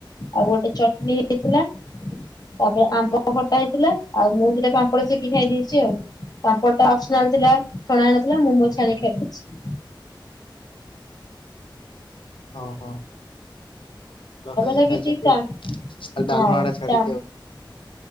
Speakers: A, on the left; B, on the left.
A: ଆଉ ଗୋଟେ ଚଟଣି ହେଇଥିଲା ତାପରେ ଆମ୍ବ ଖଟା ହେଇଥିଲା ଆଉ ମୁଁ ଦିଟା ପାମ୍ପଡ଼ ଚେକି ଖାଇ ଦେଇେଛି ଆଉ ପାମ୍ପଡ଼ ଟା ଅ ସ୍ନାଲ ଥିଲା ଛଣା ହେଇନଥିଲା ମୁଁ ମୋ ଚ୍ଛାଣୀ ଖାଇଦେଇଛି।
B: ହଁ ହଁ ଭଲ ଖାଇବା
A: ଲାଗି
B: ଖାଇଛନ୍ତି
A: ଠିକ
B: ଆଉ ଖାଲି
A: ହଁ
B: ଡାଲମାଟା ଛାଡିକି ଆଉ।